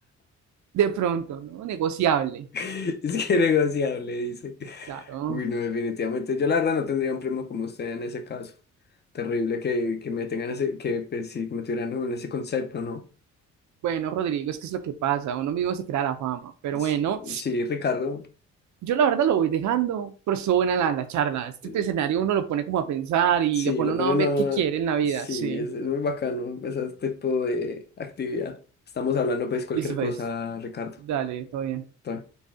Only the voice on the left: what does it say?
Es que negociable, dice.
Uy, no, definitivamente. Yo la verdad no tendría un primo como usted en ese caso. Terrible que, que me tengan ese, que pues, sí, me tuvieran como en ese concepto, ¿no?
S-
Sí, Ricardo.
eh,
Sí,
lo
pone
uno.
Sí,
es, es muy bacano pues, ese tipo de actividad. Estamos hablando pues cualquier
cosa, Ricardo.
Tranquilo.